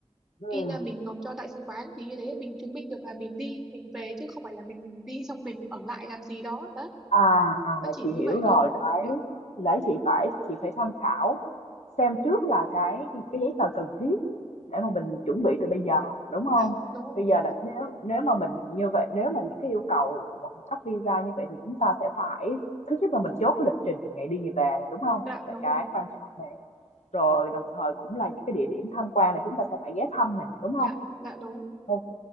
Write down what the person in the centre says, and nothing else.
in ra mình nộp cho đại sứ quán thì như thế mình chứng minh được là mình đi mình về chứ không phải là mình đi xong mình ở lại làm gì đó đó
nó chỉ
như
vậy
thôi
dạ
dạ
dạ, đúng rồi
dạ
đúng
rồi
dạ dạ đúng